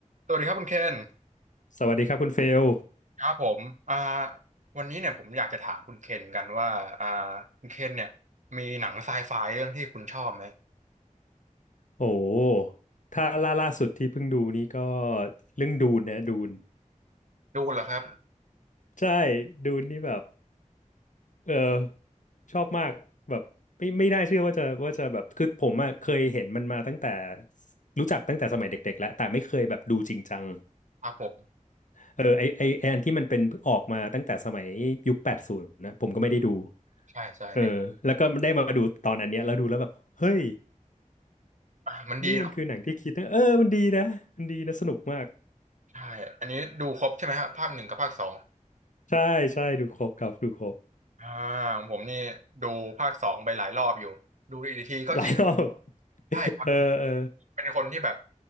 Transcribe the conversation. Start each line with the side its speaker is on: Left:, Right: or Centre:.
Right: สวัสดีครับคุณเคน
Left: สวัสดีครับคุณเฟล
Right: ครับผมอ่าวันนี้เนี่ยผมอยากจะถามคุณเคนกันว่าอ่าคุณเคนเนี่ยมีหนังไซไฟเรื่องที่คุณชอบไหม
Left: โอ้ถ้าล่าล่าสุดที่เพิ่งดูนี่ก็เรื่องดูนนะดูน
Right: ดูเหรอครับ
Left: ใช่ ดูนนี่แบบ เออ ชอบมากแบบไม่ไม่น่าเชื่อว่าจะว่าจะแบบคือผมอะเคยเห็นมันมาตั้งแต่รู้จักตั้งแต่สมัยเด็กๆแล้ว แต่ไม่เคยแบบดูจริงจัง
Right: ครับผม
Left: เออไอไอไออันที่มันเป็นออกมาตั้งแต่สมัยยุคแปดศูนย์นะผมก็ไม่ได้ดู
Right: ใช่ใช่นึก
Left: เออแล้วก็ได้มาดูตอนอันเนี้ยแล้วดูแล้วแบบเฮ้ย
Right: อ่ามันดีเนาะ
Left: นี่มันคือหนังที่คิดนะเออมันดีนะมันดีนะสนุกมาก
Right: ใช่อันนี้ดูครบใช่ไหมครับภาคหนึ่งกับภาคสอง
Left: ใช่ใช่ดูครบครับดูครบ
Right: อ่าของผมนี่ดูภาคสองไปหลายรอบอยู่ดูอีกทีก็อิน
Left: หลายรอบ
Right: ใช่ครับ
Left: <laughs> เออเออ
Right: เป็นคนที่แบบ